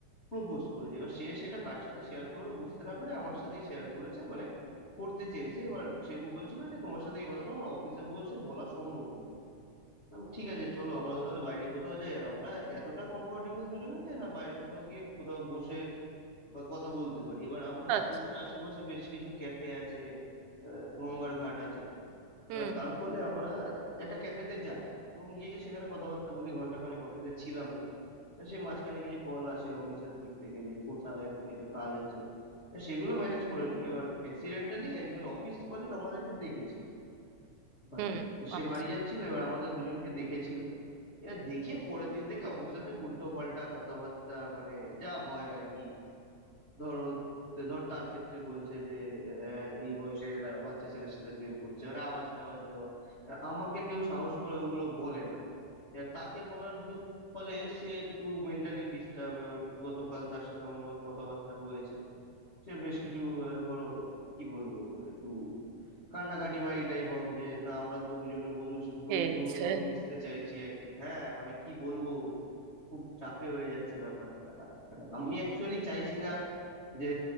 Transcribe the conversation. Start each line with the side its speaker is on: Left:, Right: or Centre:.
Left: প্রপোজ করেছে এবার সে সেটা কার সাথে শেয়ার করবে বুঝতে না পেরে আমার সাথেই শেয়ার করেছে মানে করতে চেয়েছে এবার সে বলছিল যে তোমার সাথে এই কথাটা আমার অফিসে বসে বলা সম্ভব নয় বললাম, ঠিক আছে চলো আমরা তাহলে বাইরে কোথাও যাই আর আমরা এতটা কমফোর্টেবল দুজনে যে না বাইরে কোথাও গিয়ে কোথাও বসে বা কথা বলতে পারি এবার আমার
Right: আচ্ছা
Left: অফিসের আশেপাশে বেশ কিছু ক্যাফে আছে আহ, গঙ্গার ঘাট আছে
Right: হুম
Left: এবার তার ফলে আমরা একটা ক্যাফেতে যাই এবং গিয়ে সেখানে কথাবার্তা বলি ঘন্টাখানেক অফিসে ছিলাম না সে মাঝখানে কিছু কল আসে অফিসের দিক থেকে যে কোথায় এটা কাজ আছে তা সেগুলো ম্যানেজ করে নিই এবার অ্যাক্সিডেন্টালি একজন অফিস কলিগ আমাদেরকে দেখেছিল বাইরে
Right: হুম
Left: সে
Right: আচ্ছা
Left: বাড়ি যাচ্ছিল এবার আমাদের দুজনকে দেখেছিল এরা দেখে পরের দিন থেকে অফিসে অনেক উল্টো পাল্টা কথাবার্তা মানে যা হয় আর কি ধরো ধর তার ক্ষেত্রে বলছে যে আহ, এই বয়সে একটা বাচ্চা ছেলের সাথে প্রেম করছে মানে আওয়াজ টাওয়াজ দেওয়া এবার আমাকে কেউ সাহস করে ওগুলো বলে না এবার তাকে বলার ক্ষে- ফলে সে একটু মেন্টালি ডিস্টার্ব এবার গতকাল তার সাথে আমার যখন কথাবার্তা হয়েছে সে বেশ কিছু আহ, ধরো কি বলবো একটু কান্নাকাটি বা এই টাইপ অফ যে না আমরা তো দুজনে বন্ধু বন-
Right: খেয়েছে
Left: বন্ধুর মতো মিশতে চাইছি একে হ্যাঁ মানে কি বলবো খুব চাপে হয়ে যাচ্ছে ব্যাপারটা মানে আমি অ্যাকচুয়ালি চাইছি না যে